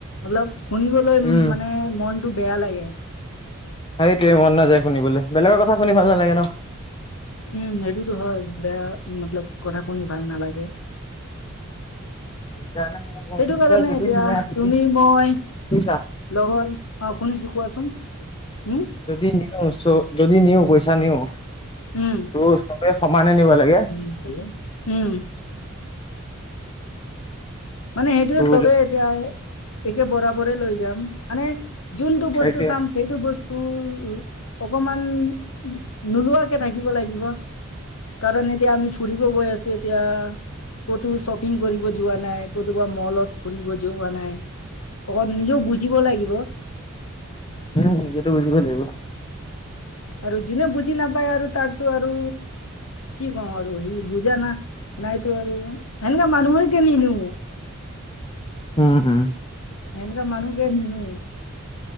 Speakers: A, on the left; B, on the left.
A: অলপ শুনিবলৈ
B: উম
A: মানে মনতটো বেয়া লাগে।
B: সেইটোৱে মন নাযায় শুনিবলে, বেলেগৰ কথা শুনি ভাল নালাগে ন।
A: উম', এইটোতো হয়, বেয়া মতলব কথা শুনি ভাল নালাগে। <inaudible>
B: সেইকাৰণে মানে মই
A: সেইটো
B: কৈছোঁ
A: কাৰণে
B: যে জুবিন
A: এতিয়া
B: মিঞা আছে
A: তুমি
B: বুলি।
A: মই
B: শুনিছা
A: লগৰ, অ, শুনিছোঁ কোৱাচোন, উম
B: যদি নিয়ছৌ যদি নিও পইচা নিও,
A: উম
B: তোৰ চবে সমানে নিব লাগে
A: <inaudible> উম মানে সেইটোয়ে
B: তোৰ
A: চবে
B: যদি
A: এতিয়াএ, একে বৰাবৰে লৈ যাম, মানে যোনটো বস্তু
B: সেইটোৱে
A: চাম সেইটো বস্ তোৰ-ওৰ, অকমান, নোলোৱাকে থাকিব লাগিব কাৰণ এতিয়া আমি ফুৰিব গৈ আছো এতিয়া, ক'তো শ্বপিং কৰিব যোৱা নাই। কতোবা মলত ফুৰিব যোৱা নাই, অকন নিজেও বুজিব লাগিব।
B: উম, নিজেটো বুজিব লাগিব।
A: আৰু যোনে বুজি নাপায় আৰু তাকতো আৰু কি কওঁ আৰু সি বুজা না, নাইটো আৰু সেনেকুৱা মানুহৰকে নি-নিও।
B: উম-উম,
A: এনেকুৱা মানুহকে নি-নিও।